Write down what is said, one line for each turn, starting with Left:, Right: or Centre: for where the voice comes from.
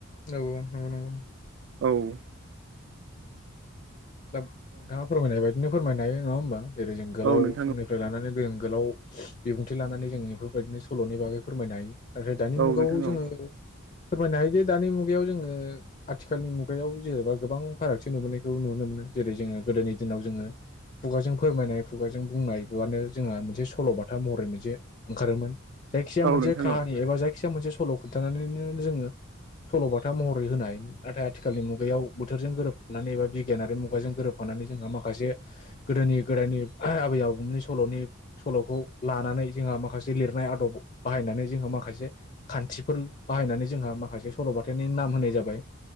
Left: नगौ नंगौ नंगौ ।
Right: औ ।
Left: दा नोंथाङा फोरमायनाय बायदिनो फोरमायनाय नङा होमबा? जेरै जों गोलाव
Right: औ नोंथां
Left: समनिफ्राय लानानै गोलाव बिबुंथि लानानै जों बेफोरबायदिनो स'लनि बागै फोरमायनो हायो नाफ्राय दानि
Right: औ
Left: मुगाव
Right: नोंथां
Left: जोङो
Right: औ
Left: फोरमायनो हायोदि दानि मुगायाव जोङो आथिखालनि मुगायाव जेनेबा गोबां फारागथि नुबोनायखौ नुनो मोनो जेरै जोङो गोदोनि दिनाव जोङो खुगाजों फोरमायनाय खुगाजों बुंनाय बेनो जोंहा मोनसे सलबाथा महरै मोनसे ओंखारोमोन जायखिजाया
Right: औ
Left: मोनसे
Right: नोंथां
Left: खाहानि
Right: औ
Left: एबा जायखिजाया मोनसे स स'ल खोन्थानानैनो जोङो सलबाथा महर होन हाय नाथाय आथिखालाव बोथोरजों गोरोब नानै एबा बिगियारि मुं खुगाजों गोरोबफानानै जोंहा माखासे गोदोनि गोदायनि आबै आबौनि स'लनि स'लखौ लानानै जोंहा माखासे लिरनाय आदब बाहायनानै जोंहा माखासे खान्थिफोर बाहायनानै जोंहा माखासे स'लबाथनि नाम होनाय जाबाय।